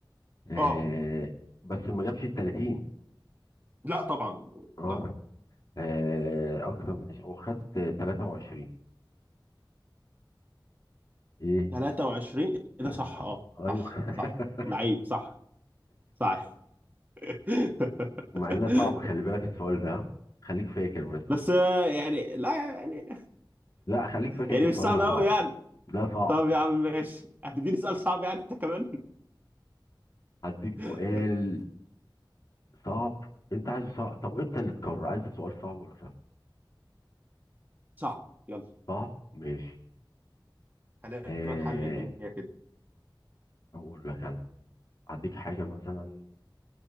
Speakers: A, on the left; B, on the right.
A: آه
B: اه
A: بس ما جابش ال 30
B: لا طبعا
A: اه
B: لا
A: آه، اكتر من 20 هو خد آه، 23 ايه
B: 23
A: تلات
B: إيه ده صح
A: اه
B: اه
A: ايوه
B: صح
A: <laughs>
B: صح لعيب صح صح <laughs>
A: مع انه صعب خلي بالك السؤال ده خليك فاكر بس
B: بس آه، يعني لا يعني
A: لا خليك فاكر
B: يعني
A: ان السؤال
B: مش صعب
A: ده
B: قوي
A: صعب
B: يعني
A: ده صعب
B: طب يا عم ماشي هتديني سؤال صعب يعني انت كمان
A: هديك
B: <laughs>
A: سؤال صعب انت عايزه صعب طب انت اللي تقرر عايز سؤال صعب ولا سهل
B: صعب يلا
A: صعب ماشي
B: خلينا
A: آه
B: نحل الدنيا كده
A: اقول لك انا هديك حاجه مثلا